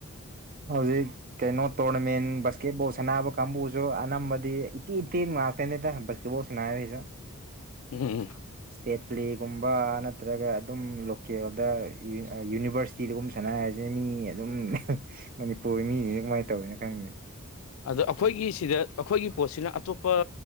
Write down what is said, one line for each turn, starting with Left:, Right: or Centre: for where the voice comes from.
Right: ꯍꯧꯖꯤꯛ ꯀꯩꯅꯣ ꯇꯣꯔꯅꯃꯦꯟ ꯕꯥꯁꯀꯦꯠꯕꯣꯜ ꯁꯥꯟꯅꯕ ꯀꯥꯡꯕꯨꯁꯨ ꯑꯅꯝꯕꯗꯤ ꯏꯇꯦꯟ ꯇ‌ꯦꯟꯂ‌ꯦ ꯇ‌ꯦꯟꯕ ꯉꯥꯛꯇꯅꯤꯗ ꯕꯥꯁꯀꯦꯠꯕꯣꯜ ꯁꯟꯅꯔꯤꯁꯨ
Left: ꯎꯝ ꯎꯝ ꯎꯝ
Right: ꯏꯁꯇꯦꯠ ꯄꯂꯦꯒꯨꯝꯕ ꯅꯠꯇ꯭ꯔꯒ ꯑꯗꯨꯝ ꯀꯦꯜꯗ ꯌꯨꯅꯤꯚꯔꯁꯤꯇꯤꯗꯒꯨꯝ ꯁꯥꯟꯅꯔꯤꯁꯦ ꯃꯤ ꯑꯗꯨꯝ ꯃꯅꯤꯄꯨꯔꯒꯤ ꯃꯤꯁꯤꯡꯁꯦ ꯀꯃꯥꯏꯅ ꯇꯧꯋꯤꯅ‌ꯣ ꯈꯪꯗ‌ꯦ
Left: ꯑꯗꯣ ꯑꯩꯈꯣꯏꯒꯤ ꯁꯤꯗ ꯑꯩꯈꯣꯏꯒꯤ ꯄꯣꯠꯁꯤꯅ ꯑꯇꯣꯞꯄ